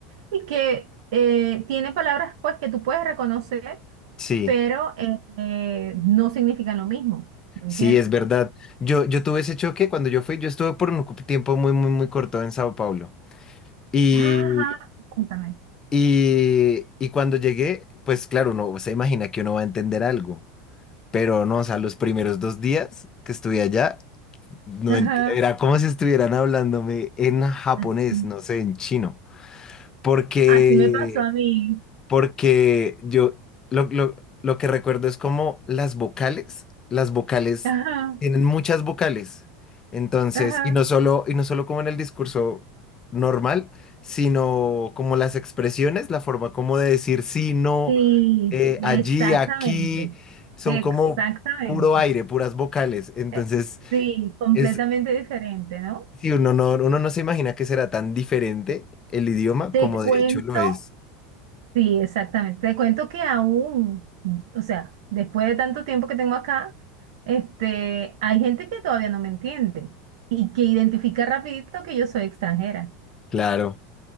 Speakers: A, on the right; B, on the left.
A: y que eh, tiene palabras pues que tú puedes reconocer,
B: Sí.
A: pero eh, eh, no significan lo mismo. ¿Entiendes?
B: Sí, es verdad. Yo, yo tuve ese choque cuando yo fui, yo estuve por un cu- tiempo muy, muy, muy corto en Sao Paulo. Y,
A: Ajá, cuéntame.
B: y, y cuando llegué, pues claro, uno se imagina que uno va a entender algo, pero no, o sea, los primeros dos días que estuve allá, no
A: Ajá.
B: ent- era como si estuvieran hablándome en japonés,
A: Así,
B: no sé, en chino, Mm. porque,
A: así me pasó a mí.
B: porque yo lo, lo- lo que recuerdo es como las vocales, las vocales
A: Ajá,
B: tienen muchas vocales. Entonces,
A: ajá.
B: y no solo, y no solo como en el discurso normal, sino como las expresiones, la forma como de decir sí, no,
A: Sí,
B: eh,
A: exactamente,
B: allí, aquí, son
A: exactamente.
B: como puro aire, puras vocales. Entonces,
A: Eh, Sí, completamente
B: es,
A: diferente, ¿no?
B: si uno no, uno no se imagina que será tan diferente el idioma
A: Te
B: como
A: cuento,
B: de hecho lo es.
A: sí, exactamente. Te cuento que aún, o sea, después de tanto tiempo que tengo acá, este, hay gente que todavía no me entiende y que identifica rapidito que yo soy extranjera.
B: Claro,